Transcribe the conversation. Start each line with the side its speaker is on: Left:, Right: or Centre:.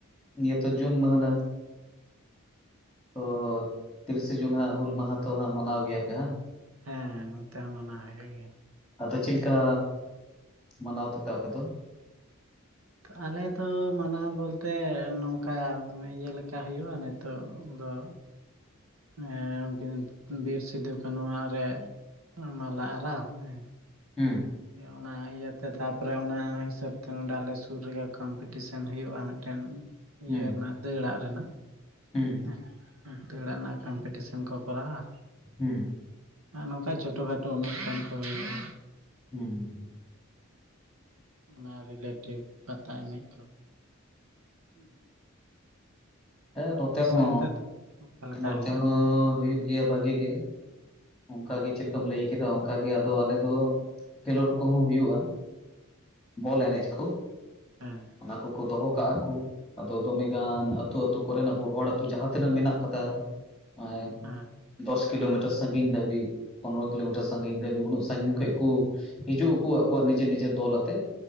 Centre: ᱱᱤᱭᱟᱹ ᱛᱚ ᱡᱩᱱ ᱢᱟᱹᱦᱟᱱᱟ ᱚ ᱛᱤᱨᱤᱥᱮ ᱡᱩᱱ ᱦᱟᱸᱜ ᱦᱩᱞ ᱢᱟᱦᱟ ᱛᱚ ᱦᱟᱸᱜ ᱢᱟᱱᱟᱣ ᱜᱮᱭᱟᱯᱮ ᱦᱟᱝ
Right: ᱦᱮᱸ ᱱᱚᱱᱛᱮ ᱦᱚᱸ ᱢᱟᱱᱟᱣ ᱦᱳᱭᱳᱜ ᱜᱮᱭᱟ
Centre: ᱟᱫᱚ ᱪᱮᱫᱞᱮᱠᱟ ᱢᱟᱱᱟᱣ ᱛᱮᱯᱮ ᱟᱯᱮ ᱫᱚ?
Right: ᱟᱞᱮ ᱫᱚ ᱢᱟᱱᱟᱣ ᱵᱚᱞᱛᱮ ᱱᱚᱝᱠᱟ ᱤᱭᱟᱹ ᱞᱮᱠᱟ ᱦᱩᱭᱩᱜ-ᱟ ᱱᱤᱛᱚᱜ ᱫᱚ ᱮᱸ ᱩᱱᱠᱤᱱ ᱵᱤᱨ ᱥᱤᱫᱚ ᱠᱟᱱᱩᱣᱟᱜ ᱨᱮ ᱢᱟᱞᱟ ᱟᱨᱟᱣ ᱦᱮᱸ
Centre: ᱦᱩᱸ
Right: ᱤᱭᱟᱹ ᱚᱱᱟ ᱤᱭᱟᱹᱛᱮ ᱛᱟᱨᱯᱚᱨᱮ ᱚᱱᱟ ᱦᱤᱥᱟᱹᱵ ᱛᱮ ᱱᱚᱰᱮ ᱟᱞᱮ ᱥᱩᱨ ᱨᱮᱜᱮ ᱠᱚᱢᱯᱤᱴᱤᱥᱟᱱ ᱦᱩᱭᱩᱜ-ᱟ ᱢᱤᱫᱴᱮᱱ
Centre: ᱦᱩᱸ
Right: ᱤᱭᱟᱹ ᱨᱮᱱᱟᱜ ᱫᱟᱹᱲᱟᱜ ᱨᱮᱱᱟᱜ
Centre: ᱦᱩᱸ
Right: ᱦᱮᱸ ᱦᱮᱸ ᱫᱟᱹᱲᱟᱜ ᱨᱮᱱᱟᱜ ᱠᱚᱢᱯᱤᱴᱤᱥᱟᱱ ᱠᱚ ᱠᱚᱨᱟᱣᱟ
Centre: ᱦᱩᱸ
Right: ᱟᱨ ᱱᱚᱜ-ᱚ ᱱᱚᱝᱠᱟ ᱪᱷᱚᱴᱚ ᱠᱷᱟᱴᱳ ᱚᱱᱩᱥᱴᱷᱟᱱ ᱠᱚ ᱦᱩᱭᱩᱜ-ᱟ
Centre: ᱦᱩᱸ
Right: ᱚᱱᱟ ᱨᱤᱞᱮᱴᱮᱵᱽ ᱯᱟᱛᱟ ᱮᱱᱮᱡ ᱠᱚ ᱦᱩᱸ
Centre: ᱮ ᱱᱚᱛᱮ ᱦᱚᱸ
Right: ᱚᱱᱛᱮ ᱚᱠᱟ ᱞᱮᱠᱟ
Centre: ᱱᱚᱛᱮ
Right: ᱦᱩᱭᱩᱜᱼᱟ
Centre: ᱦᱚᱸ ᱦᱩᱭᱩᱜ ᱜᱮᱭᱟ ᱵᱟᱜᱤ ᱜᱮ ᱚᱝᱠᱟ ᱜᱮ ᱪᱮᱫᱠᱟᱢ ᱞᱟᱹᱭ ᱠᱟᱫᱟ ᱚᱝᱠᱟᱜᱮ ᱟᱫᱚ ᱟᱞᱮ ᱫᱚ ᱠᱷᱮᱞᱳᱰ ᱠᱚᱦᱚᱸ ᱦᱩᱭᱩᱜ-ᱟ ᱵᱚᱞ ᱮᱱᱮᱡ ᱠᱚ
Right: ᱦᱮᱸ
Centre: ᱚᱱᱟ ᱠᱚ ᱠᱚ ᱫᱚᱦᱚ ᱠᱟᱜ ᱟᱠᱚ ᱟᱫᱚ ᱫᱚᱢᱮ ᱜᱟᱱ ᱟᱛᱳ ᱟᱛᱳ ᱠᱚᱨᱮᱱ ᱟᱵᱚ ᱦᱚᱲ ᱟᱹᱛᱩ ᱡᱟᱦᱟᱸ ᱛᱤᱱᱟᱹᱜ ᱢᱮᱱᱟᱜ ᱠᱟᱫᱟ <unintelligible>
Right: ᱦᱩᱸ᱾
Centre: ᱫᱚᱥ ᱠᱤᱞᱳᱢᱤᱴᱟᱨ ᱥᱟᱺᱜᱤᱧ ᱫᱟᱹᱵᱤᱜ ᱯᱚᱱᱨᱚ ᱠᱤᱞᱳᱢᱤᱴᱟᱨ ᱥᱟᱺᱜᱤᱧ ᱫᱷᱟᱹᱵᱤᱡ ᱩᱱᱟᱹᱜ ᱥᱟᱺᱜᱤᱧ ᱠᱷᱚᱡ ᱠᱩ ᱦᱤᱡᱩᱜ ᱟᱠᱩ ᱟᱠᱩᱣᱟᱜ ᱱᱤᱡᱮᱨ ᱱᱤᱡᱮᱨ ᱫᱚᱞ ᱟᱛᱮ